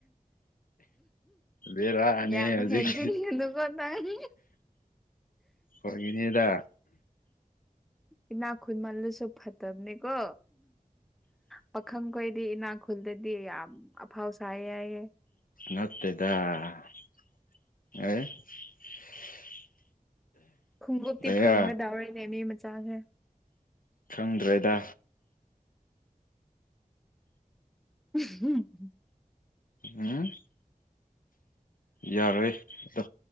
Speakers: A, on the left; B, in the centre.
A: ꯕꯦꯔꯥ ꯑꯅꯤ
B: ꯌꯥꯝ
A: ꯍꯧꯖꯤꯛ
B: ꯍꯦꯟꯖꯤꯟꯒꯅꯨꯀꯣ ꯅꯪ
A: ꯍꯣꯏ ꯏꯅꯤꯗ
B: ꯏꯅꯥꯛ ꯈꯨꯟꯃꯜꯂꯁꯨ ꯐꯠꯇꯕꯅꯦꯀꯣ ꯄꯥꯈꯪꯈꯣꯏꯗꯤ ꯏꯅꯥꯛꯈꯨꯜꯗꯗꯤ ꯌꯥꯝ ꯑꯐꯥꯎ ꯁꯥꯏꯌꯦ ꯌꯥꯏꯌꯦ
A: ꯅꯠꯇꯦꯗ <unintelligible>
B: ꯈꯣꯡꯎꯞꯇꯤ
A: ꯂꯩꯌꯥ
B: ꯐꯪꯒꯗꯧꯔꯤꯅꯦ ꯃꯤ ꯃꯆꯥꯁꯦ
A: ꯈꯪꯗ꯭ꯔꯦꯗ
B: <unintelligible>
A: ꯎꯝ ꯌꯥꯔꯣꯏ ꯑꯗꯣ